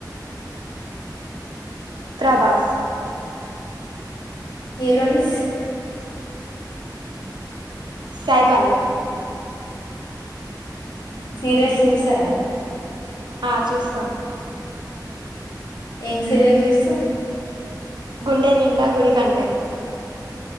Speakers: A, on the right; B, on the left.
A: త్రాబస్
B: ఈరోనిస్
A: సాయిపల్లవి
B: సీరియల్స్ చూస్తారా
A: ఆ చూస్తాను
B: ఏం సీరియల్ చూస్తా
A: గుండె నిండా గుడి కంటలు